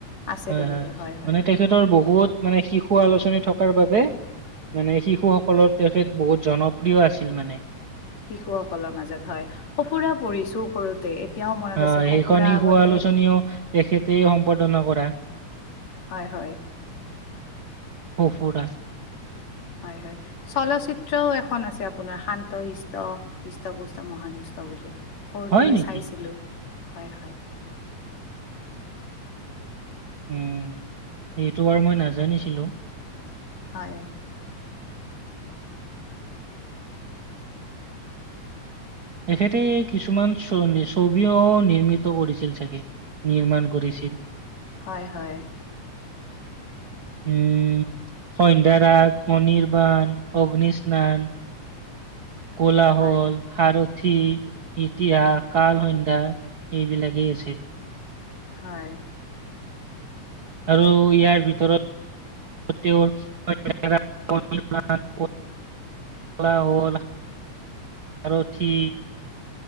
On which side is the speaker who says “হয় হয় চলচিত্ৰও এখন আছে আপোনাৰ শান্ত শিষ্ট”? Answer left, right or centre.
Left